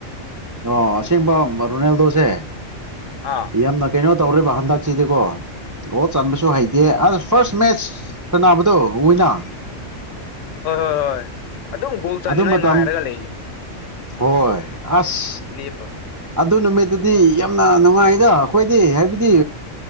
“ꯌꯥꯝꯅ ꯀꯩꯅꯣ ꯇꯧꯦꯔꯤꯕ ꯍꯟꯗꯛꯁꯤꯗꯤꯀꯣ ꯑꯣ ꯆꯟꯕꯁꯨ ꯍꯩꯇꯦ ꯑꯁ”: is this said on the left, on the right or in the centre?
Right